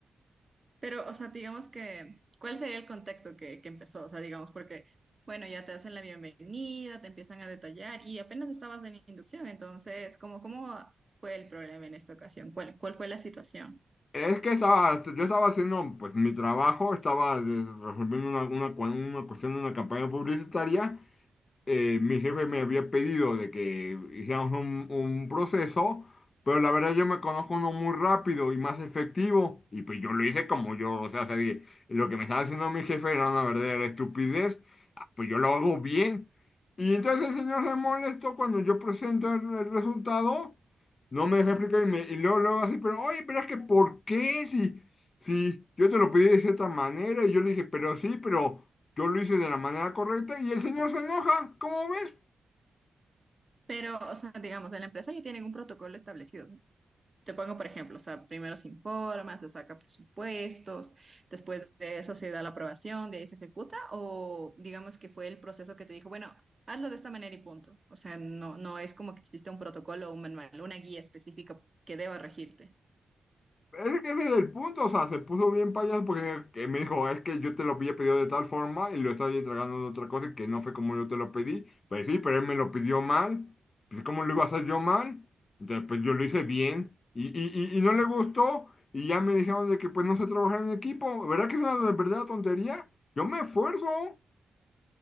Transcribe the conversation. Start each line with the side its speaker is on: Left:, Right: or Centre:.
Right: Pero, o sea, digamos que, ¿cuál sería el contexto que, que empezó? O sea, digamos, porque, bueno, ya te hacen la bienvenida, te empiezan a detallar y apenas estabas en inducción, entonces, ¿cómo, cómo fue el problema en esta ocasión? ¿Cuál, cuál fue la situación?
Left: Es que estaba, yo estaba haciendo pues mi trabajo, estaba des- resolviendo una, una cua- una cuestión de una campaña publicitaria. Eh, mi jefe me había pedido de que hiciéramos un, un proceso, pero la verdad yo me conozco uno muy rápido y más efectivo. Y pues yo lo hice como yo, o sea, sabía- lo que me estaba haciendo mi jefe era una verdadera estupidez, pues yo lo hago bien. Y entonces el señor se molestó cuando yo presento el, el resultado, no me deja explicar y, me, y luego, luego así, pero oye, pero es que ¿por qué? Si, si yo te lo pedí de cierta manera y yo le dije, pero sí, pero yo lo hice de la manera correcta y el señor se enoja, ¿cómo ves?
Right: Pero, o sea, digamos, en la empresa ya tienen un protocolo establecido. Te pongo, por ejemplo, o sea, primero se informa, se saca presupuestos, después de eso se da la aprobación, de ahí se ejecuta, o digamos que fue el proceso que te dijo, bueno, hazlo de esta manera y punto. O sea, no, no es como que existe un protocolo o un manual, una guía específica que deba regirte.
Left: Es que ese es el punto, o sea, se puso bien payaso porque que me dijo, es que yo te lo había pedido de tal forma y lo estaba entregando de otra cosa y que no fue como yo te lo pedí. Pues sí, pero él me lo pidió mal. Pues ¿cómo lo iba a hacer yo mal? Entonces, pues yo lo hice bien y, y, y, y no le gustó y ya me dijeron de que pues no sé trabajar en equipo. ¿Verdad que es una verdadera tontería? Yo me esfuerzo.